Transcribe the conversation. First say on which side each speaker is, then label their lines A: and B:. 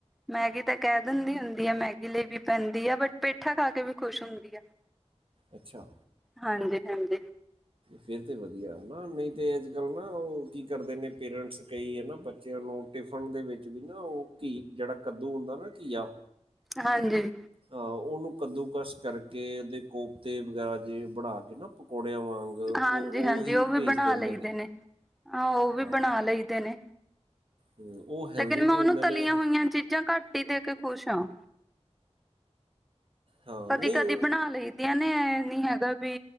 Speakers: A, in the centre; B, on the right.
A: ਮੈਗੀ ਤਾਂ ਕਹਿ ਦਿੰਦੀ ਹੁੰਦੀ ਆ ਮੈਗੀ ਲਈ ਵੀ ਪੈਂਦੀ ਆ ਬਟ ਪੇਠਾ ਖਾ ਕੇ ਵੀ ਖੁਸ਼ ਹੁੰਦੀ ਆ। <inaudible>
B: ਅੱਛਾ।
A: ਹਾਂਜੀ- ਹਾਂਜੀ।
B: ਫੇਰ ਤੇ ਵਧੀਆ ਹਨਾ ਨਹੀਂ ਤੇ ਅੱਜ ਕੱਲ ਨਾ ਉਹ ਕੀ ਕਰਦੇ ਨੇ ਪੇਰੈਂਟਸ ਕਈ ਹਨਾ ਬੱਚਿਆਂ ਨੂੰ ਟਿਫਨ ਦੇ ਵਿੱਚ ਵੀ ਨਾ ਉਹ ਘੀ ਜਿਹੜਾ ਕੱਦੂ ਹੁੰਦਾ ਨਾ ਘੀਆ।
A: ਹਾਂਜੀ।
B: ਅ ਉਹਨੂੰ ਕੱਦੂਕਸ਼ ਕਰਕੇ ਉਹਦੇ ਕੋਪਤੇ ਵਗੈਰਾ ਜੇ ਬਣਾ ਕੇ ਨਾ ਪਕੌੜਿਆਂ ਵਾਂਗ। ਉਹ
A: ਹਾਂਜੀ-
B: ਉਹੀ
A: ਹਾਂਜੀ ਉਹ ਵੀ
B: ਭੇਜ
A: ਬਣਾ
B: ਦਿੰਦੇ
A: ਲਈਦੇ ਨੇ, ਹਾਂ ਉਹ ਵੀ
B: ਹਾਂ
A: ਬਣਾ ਲਈਦੇ ਨੇ।
B: ਹੂੰ, ਉਹ ਹੈਲਦੀ
A: ਲੇਕਿਨ
B: ਵੀ
A: ਮੈਂ ਉਹਨੂੰ
B: ਹੁੰਦੇ
A: ਤਲੀਆਂ
B: ਨੇ
A: ਹੋਈਆਂ ਚੀਜ਼ਾਂ ਘੱਟ ਹੀ ਦੇ ਕੇ ਖੁਸ਼ ਹਾਂ।
B: ਹਾਂ
A: ਕਦੀ-
B: ਨਹੀਂ
A: ਕਦੀ
B: ਉਹ
A: ਬਣਾ ਲਈ ਦੀਆਂ ਨੇ ਇਹ ਨੀ ਹੈਗਾ ਵੀ